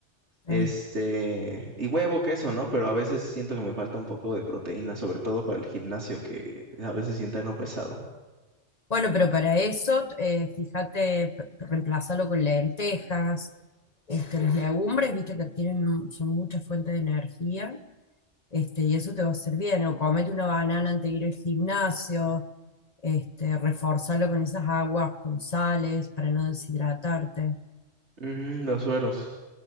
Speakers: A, on the left (about 35°); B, on the right (about 65°).
A: eh,
B: Este, y huevo, queso, ¿no? Pero a veces siento que me falta un poco de proteína, sobre todo para el gimnasio, que a veces sienta no pesado.
A: Bueno, pero para eso, eh, fíjate, p- reemplázalo con lentejas, este, las legumbres, viste que tienen, son mucha fuente de energía, este, y eso te va a hacer bien. O comete una banana antes de ir al gimnasio, este, reforzalo con esas aguas, con sales, para no deshidratarte.
B: Ujú, los sueros,